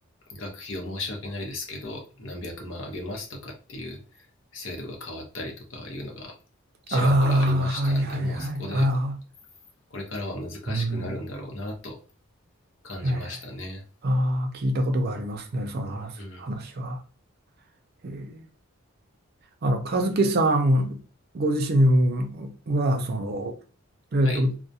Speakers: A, on the left (about 60°); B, on the right (about 45°).
A: 学費を申し訳ないですけど、何百万あげますとかっていう制度が変わったりとかいうのがちらほらありましたんで、
B: ああ、はいはいはい。
A: もうそこで
B: ああ、
A: これからは難しくなるんだろうなと
B: うん。
A: 感じましたね。
B: ええああ、聞いたことがありますね、その話、
A: うん。
B: 話は。えーあの、和樹さんご自身は、その、
A: はい。
B: えっと、ミ